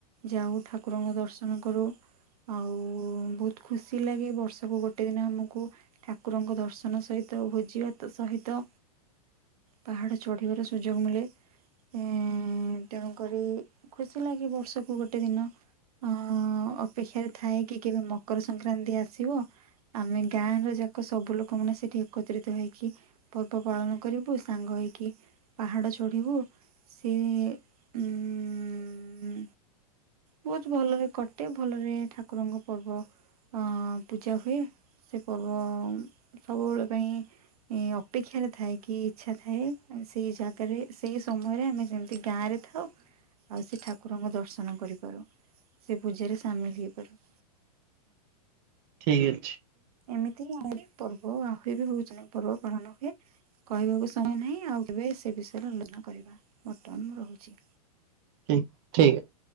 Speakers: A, on the right (about 65°); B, on the right (about 35°).
A: ଯାଉ ଠାକୁରଙ୍କ ଦର୍ଶନ କରୁ। ଆଉ ବହୁତ ଖୁସି ଲାଗେ ବର୍ଷକୁ ଗୋଟେ ଦିନ ଆମକୁ ଠାକୁରଙ୍କ ଦର୍ଶନ ସହିତ ଭୋଜି ଭାତ ସହିତ ପାହାଡ଼ ଚଢ଼ିବାର ସୁଯୋଗ ମିଳେ ଏଁ ତେଣୁକରି ଖୁସି ଲାଗେ ବର୍ଷକୁ ଗୋଟେ ଦିନ ଅଁ ଅପେକ୍ଷା ରେ ଥାଏ କି କେବେ ମକର ସଂକ୍ରାନ୍ତି ଆସିବ। ଆମେ ଗାଁ ର ଯାକ ସବୁ ଲୋକମାନେ ସେଠି ଏକତ୍ରିତ ହେଇକି ପର୍ବ ପାଳନ କରିବୁ ସାଙ୍ଗ ହେଇକି ପାହାଡ ଚଢିବୁ। ସେ ଉଁ ବହୁତ ଭଲରେ କଟେ ଭଲରେ ଠାକୁରଙ୍କ ପର୍ବ ଅଁ ପୁଜା ହୁଏ ସେ ପର୍ବ ସବୁବେଳେ ପାଇଁ ଅଁ ଅପେକ୍ଷାରେ ଥାଏ କି ଇଚ୍ଛା ଥାଏ ସେହି ଜାଗାରେ ସେହି ସମୟରେ ଆମେ ଯେମିତି ଗାଁରେ ଥାଉ। ଆଉ ଆଉ ସେ ଠାକୁରଙ୍କ ଦର୍ଶନ କରିପାରୁ ସେ ପୂଜାରେ ସାମିଲ ହୋଇପାରୁ।
B: ଠିକ୍ ଅଛି।
A: ଏମିତି ଆହୁ ପର୍ବ ଆହୁଏ ବି ବହୁତ ଜନକ ପର୍ବ ପାଳନ ହୁଏ। କହିବାକୁ ଶମୟ ନାହିଁ ଆଉ କେବେ ସେ ବିଷୟରେ ଆଲୋଚନା କରିବା ବର୍ତ୍ତମାନ ମୁଁ ରହୁଛି।
B: ଠ ଠିକ୍ ଅ